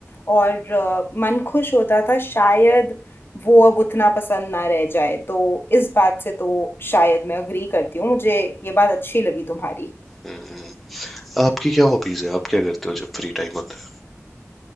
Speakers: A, on the left; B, in the centre.
A: और अ, मन खुश होता था शायद वो अब उतना पसंद ना रह जाए तो इस बात से तो शायद मैं अग्री करती हूँ मुझे ये बात अच्छी लगी तुम्हारी
B: हम्म। आपकी क्या हॉबीज है आप क्या करते हो जब फ्री टाइम होता